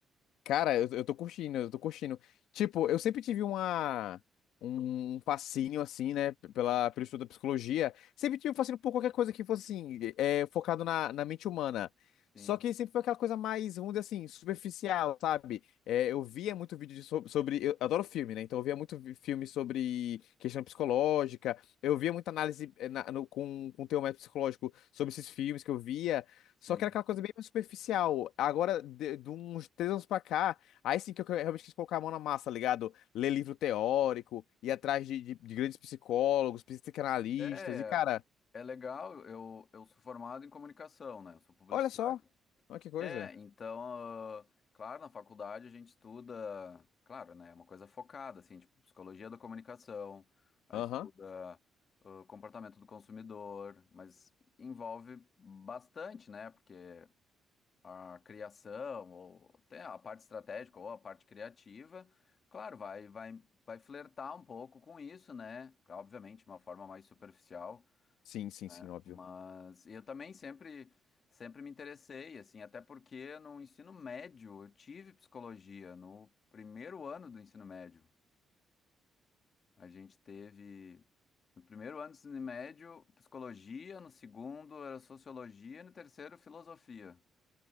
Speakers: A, on the left (about 85°); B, on the left (about 50°).
A: Cara, eu, eu tô curtindo, eu tô curtindo. Tipo, eu sempre tive uma, um fascínio, assim, né, pela, pelo estudo da psicologia. Sempre tive um fascínio por qualquer coisa que fosse, assim, é, focado na, na mente humana. Só
B: Sim,
A: que sempre foi aquela coisa mais, vamos dizer assim, superficial, sabe? É, eu via muito vídeo de so- sobre. Eu adoro filme, né? Então eu via muito vi- filme sobre questão psicológica. Eu via muita análise eh, na- no- com, com teor mais psicológico sobre esses filmes que eu via.
B: sim.
A: Só que era aquela coisa bem mais superficial. Agora, de, de uns três anos pra cá, aí sim que eu realmente quis colocar a mão na massa, tá ligado? Ler livro teórico, ir atrás de, de, de grandes psicólogos, psicanalistas,
B: É,
A: e cara,
B: é legal. Eu, eu sou formado em comunicação, né? Eu sou publicitário.
A: olha só, olha que coisa.
B: É, então, ah, claro, na faculdade a gente estuda, claro, né? É uma coisa focada, assim, tipo, psicologia da comunicação, aí
A: Aham,
B: estuda, ah, comportamento do consumidor, mas envolve bastante, né? Porque a criação, ou até a parte estratégica ou a parte criativa, claro, vai, vai, vai flertar um pouco com isso, né? Claro, Obviamente, de uma forma mais superficial,
A: Sim, sim,
B: né?
A: sim, óbvio.
B: Mas eu também sempre, sempre me interessei, assim, até porque no ensino médio eu tive psicologia, no primeiro ano do ensino médio. A gente teve. No primeiro ano do ensino médio, psicologia, no segundo era sociologia, e no terceiro, filosofia.